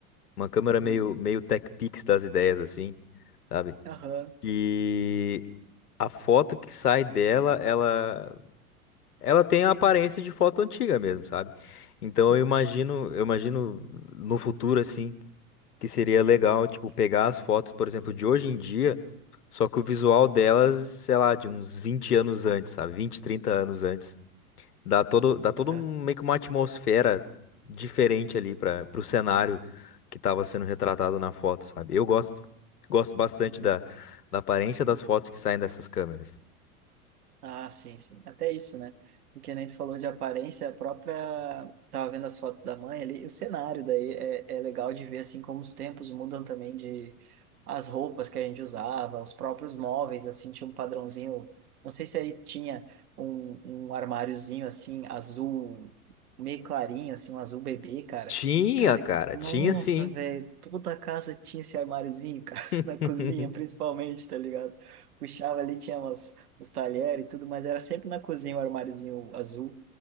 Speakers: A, on the left (about 80°); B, on the right (about 75°).
A: Uma câmera
B: uhum,
A: meio, meio Tech Pix das ideias, assim, sabe?
B: aham,
A: E a foto que sai dela, ela, ela tem a aparência de foto antiga mesmo, sabe? Então
B: uhum,
A: eu imagino, eu imagino no futuro, assim, que seria legal, tipo, pegar as fotos, por exemplo, de hoje em dia. Só que o visual delas, sei lá, de uns 20 anos antes, sabe? vinte trinta anos antes. Dá todo, dá todo
B: aham,
A: um- meio que uma atmosfera diferente ali para pro cenário que estava sendo retratado na foto, sabe? Eu gosto gosto bastante
B: uhum.
A: da, da aparência das fotos que saem dessas câmeras.
B: Ah, sim, sim. Até isso, né? E que nem tu falou de aparência, a própria. Tava vendo as fotos da mãe ali, o cenário daí é, é legal de ver assim como os tempos mudam também de as roupas que a gente usava, os próprios móveis, assim, tinha um padrãozinho. Não sei se aí tinha um, um armáriozinho assim, azul, meio clarinho, assim, um azul bebê, cara.
A: Tinha,
B: Cara,
A: cara,
B: nossa,
A: tinha sim.
B: velho, toda a casa tinha esse armáriozinho, cara, <laughs>
A: <laughs>
B: na cozinha, principalmente, tá ligado? Puxava ali, tinha umas os talheres e tudo, mas era sempre na cozinha o armáriozinho azul.